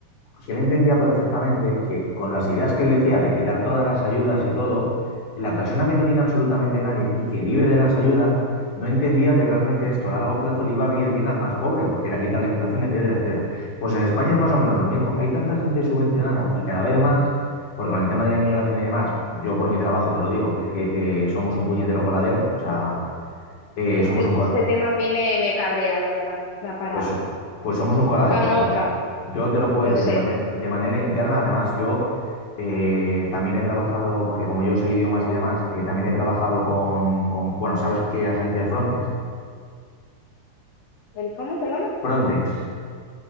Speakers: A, on the left (about 75°); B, on the left (about 55°).
A: que él entendía perfectamente que con las ideas que él decía de quitar todas las ayudas y todo, la persona que no tiene absolutamente nadie y que vive de las ayudas, no entendía que realmente esto a largo plazo le iba a venir bien al más pobre, porque era quitar la inflación, etcétera, etcétera. Pues en España es más o menos lo mismo. Hay tanta gente subvencionada y cada vez más, porque con el tema de la inmigración y demás, yo por mi trabajo te lo digo, que es que eh, somos un puñetero coladero, o sea,
B: Bueno,
A: eh,
B: este,
A: somos un,
B: este tema a mí me, me cabrea, la verdad. Da para,
A: pues, pues somos un coladero,
B: para
A: o sea,
B: otra,
A: yo te lo puedo
B: lo
A: decir
B: sé.
A: de manera, de manera interna, además yo eh, también he trabajado, porque como yo sé idiomas y demás, eh, también he trabajado con, con- bueno, ¿sabes qué agencia es Frontex?
B: ¿El cómo, perdona?
A: Frontex,